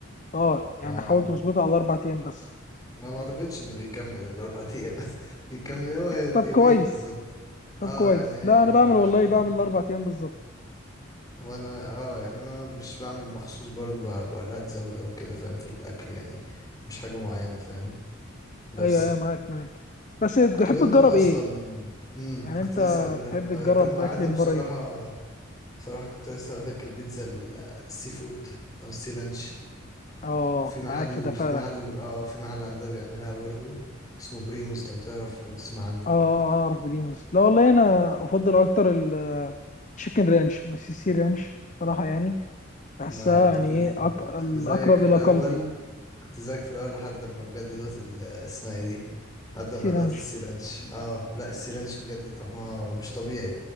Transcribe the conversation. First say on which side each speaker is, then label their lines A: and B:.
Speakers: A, on the left (about 35°); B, on the left (about 20°).
A: اه يعني
B: آه
A: حاول تظبطها على أربع أيام بس
B: ما ما اعتقدش انه بيكمل الاربع <laughs> ايام بس بيكمل هو
A: طب
B: يومين
A: كويس
B: بالظبط
A: طب
B: اه
A: كويس
B: يعني هي
A: لا انا بعمل والله
B: خلاص
A: بعمل الاربع ايام بالظبط
B: وانا اه يعني انا مش بعمل مخصوص برضو ب- بقول لها تزود او كده فاهم في الاكل يعني مش حاجة معينة فاهم بس
A: ايوه ايوه معاك معاك بس تحب
B: طب انت
A: تجرب
B: اصلا
A: ايه
B: امم
A: يعني
B: كنت
A: انت
B: لسه اقول لك
A: تحب
B: هو
A: تجرب
B: تنوعاتي
A: اكل من
B: بصراحة
A: بره ايه
B: بصراحة كنت لسه اقول لك البيتزا ال- السي فود او السي رانش
A: اه
B: في محل
A: معاك في ده فعلا
B: في محل اه في محل عندنا بيعملها برضو اسمه بريموس لو تعرف لو تسمع عنه
A: اه اعرف بريموس لا والله انا افضل اكتر التشيكن رانش مش السي رانش صراحه يعني بحسها
B: انا كنت
A: يعني ايه
B: ز-
A: أك... الاقرب
B: كنت زيك في
A: الى
B: الاول
A: قلبي
B: كنت زيك في الاول لحد ما بجد دوت ال- اسمها ايه دي لحد ما
A: سي
B: دوت
A: رانش
B: السيرانش اه لا السيرانش بجد طعمها مش طبيعي